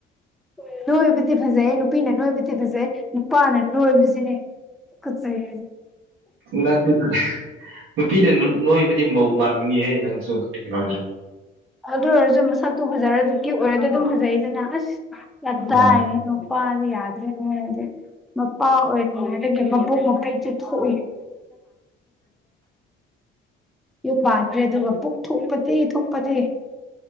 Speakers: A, in the centre; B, on the right.
A: ꯎꯝ ꯅꯣꯏꯕꯗꯤ ꯐꯖꯩ ꯅꯨꯄꯤꯅ ꯅꯣꯏꯕꯗꯤ ꯐꯖꯩ ꯅꯨꯄꯥꯅ ꯅꯣꯏꯕꯁꯤꯅꯦ꯫ ꯀꯠꯇ ꯍꯥꯏ
B: ꯅꯠꯇꯗ ꯅꯨꯄꯤꯅ ꯅꯣꯏꯕꯨꯗꯤ ꯃꯧ ꯃꯥꯟꯕꯅꯤꯍꯦ ꯅꯪꯁꯨ ꯀꯩꯅꯣꯅꯦ
A: ꯑꯗꯨ ꯑꯣꯏꯔꯁꯨ ꯃꯁꯛꯇꯣ ꯐꯖꯔꯗꯤ ꯑꯣꯏꯔꯗꯤ ꯑꯗꯨꯝ ꯐꯖꯩꯗꯅ ꯑꯁ ꯌꯥꯝ
B: ꯎꯝ
A: ꯇꯥꯏꯔꯦ ꯄꯥꯔꯗꯤ ꯌꯥꯗꯔꯦ ꯅꯣꯏꯔꯗꯤ ꯃꯄꯥ ꯑꯣꯏꯔꯣ ꯍꯥꯏꯔꯒꯥ ꯃꯕꯣꯛ ꯃꯕꯦꯛꯁꯦ ꯊꯣꯛ ꯌꯨꯝ ꯄꯟꯗ꯭ꯔꯦ ꯑꯗꯨꯒ ꯄꯨꯛ ꯊꯣꯛꯄꯗꯤ ꯊꯣꯛꯄꯗꯤ